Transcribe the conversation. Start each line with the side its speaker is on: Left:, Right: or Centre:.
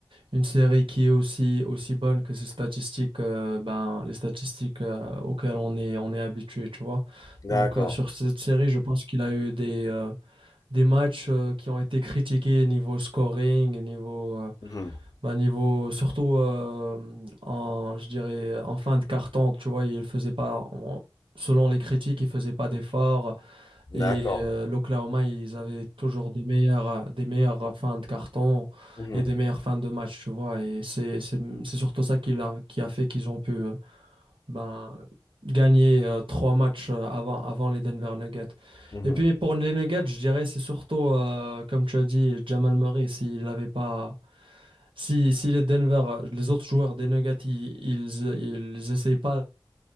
Right: une série qui est aussi, aussi bonne que ses statistiques, euh, ben, les statistiques euh, auxquelles on est, on est habitué, tu vois.
Left: D'accord.
Right: Donc, euh, sur cette série, je pense qu'il a eu des, euh, des matchs euh, qui ont été critiqués niveau scoring, niveau, euh,
Left: Mhm.
Right: bah, niveau, surtout euh, en, je dirais, en fin de carton, tu vois, il faisait pas, on- selon les critiques, il faisait pas d'efforts. Et
Left: D'accord.
Right: euh, l'Oklahoma, ils avaient toujours des meilleures, des meilleures fins de carton
Left: Mhm.
Right: et des meilleures fins de match, tu vois. Et c'est, c'est, c'est surtout ça qui a, qui a fait qu'ils ont pu euh, ben, gagner euh, trois matchs euh, avant, avant les Denver Nuggets.
Left: Mhm.
Right: Et puis pour les Nuggets, je dirais, c'est surtout, euh, comme tu as dit, Jamal Murray, s'il n'avait pas si, si les Denver, euh, les autres joueurs des Nuggets, ils, ils, ils essayent pas